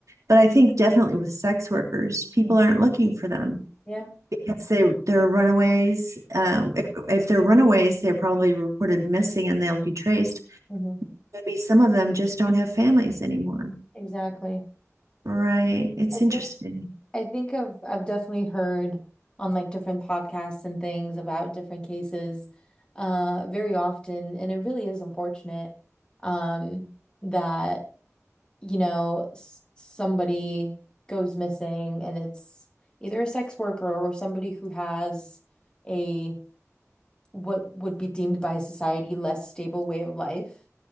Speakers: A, on the right; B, on the left.
A: but I think definitely with sex workers, people
B: Mhm.
A: aren't looking for them
B: yeah,
A: Yes, they they're runaways. Uh, if, if they're runaways, they're probably reported missing and they'll be traced.
B: hmm
A: Maybe some of them just don't have families anymore.
B: exactly.
A: Right. It's
B: I
A: interesting.
B: think I think I've I've definitely heard on like different podcasts and things about different cases uh very often and it really is unfortunate um that you know s somebody goes missing and it's either a sex worker or somebody who has a what would be deemed by society less stable way of life